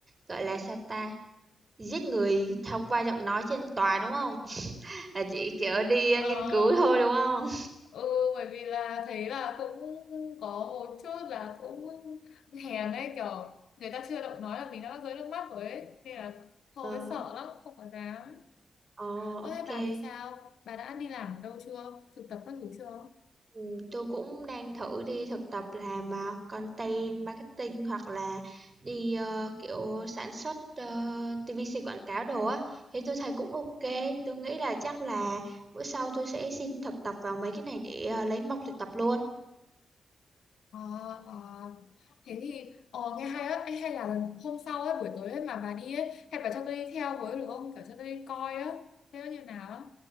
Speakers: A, on the right; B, on the left.
A: gọi là, sao ta, giết người thông qua giọng nói trên tòa, đúng không Là chỉ, kiểu, đi, ơ,
B: Ờ,
A: nghiên cứu thôi, đúng không
B: ừ bởi vì là thấy là cũng có một chút là cũng hèn ấy kiểu người ta chưa động nói là mình đã rơi nước mắt rồi ấy nên là thôi
A: Ờ,
B: sợ lắm không có dám
A: ồ,
B: Ơ
A: ô
B: thế
A: kê.
B: bà thì sao? Bà đã đi làm ở đâu chưa? Thực tập các thứ chưa?
A: Ừm, cũng đang thử đi thực tập làm, à, content marketing hoặc là đi, ơ, kiểu, sản xuất, ơ, TVC quảng cáo đồ á, thì tôi thấy cũng ok tôi nghĩ là chắc là bữa sau tôi sẽ xin thực tập vào mấy cái này để, ờ, lấy mộc thực tập luôn.
B: À, à. Thế thì ờ, nghe hay á, Ê, hay là lần hôm sau ấy, buổi tối ấy mà bà đi ấy, hay bà cho tôi đi theo với được không? Kiểu cho tôi đi coi á, thế nó như nào á.